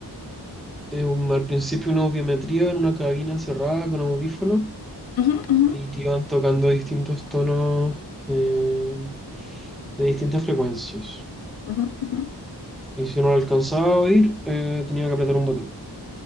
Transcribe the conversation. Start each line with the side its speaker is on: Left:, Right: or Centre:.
Centre: eh, un- al principio una audiometría en una cabina cerrada con audífonos
Left: Ujú, ujú,
Centre: y te iban tocando distintos tonos. eh, de distintas frecuencias.
Left: ujú, ujú.
Centre: Y si no lo alcanzaba a oír, eh, tenía que apretar un botón.